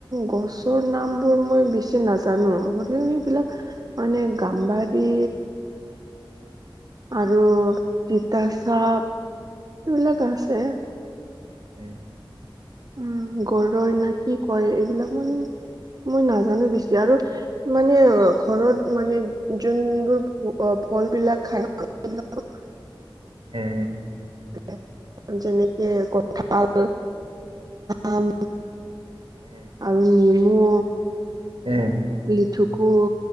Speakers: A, on the right; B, on the right.
A: গছৰ নাম বোৰ মই বেছি নাজানোঁ হ'লেও এইবিলাক মানে গাম্বাৰী। আৰু তিতা চাপ এইবিলাক আছে।
B: উম।
A: উম গৰৈৰ না কি কয় এইবিলাক মই মই নাজানোঁ বেছি আৰু মানে ঘৰত মানে যোনবোৰ ফল বিলাক খাই নে সেইবিলাক
B: উম।
A: <inaudible> যেনেকে কঁঠাল। আম।
B: উম।
A: আৰু নেমু।
B: <inaudible>
A: লিঠুকু,